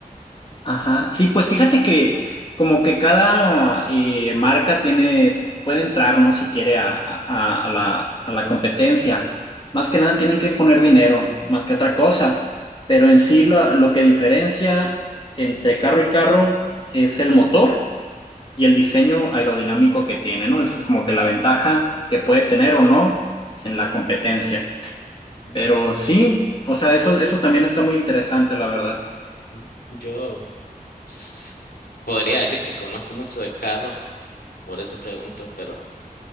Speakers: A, on the left; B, on the left.
A: Ajá, sí, pues fíjate que como que cada eh, marca tiene, puede entrar, ¿no? Si quiere a, a- a la, a la competencia. Más que nada tienen que poner dinero, más que otra cosa. Pero en sí lo, lo que diferencia entre carro y carro es el motor y el diseño aerodinámico que tiene, ¿no? Eso es como que la ventaja que puede tener o no en la competencia.
B: Mm,
A: Pero sí, o sea, eso, eso también está muy interesante, la verdad.
B: mm. Yo, s- Podría decir que conozco mucho de carros, por eso pregunto, pero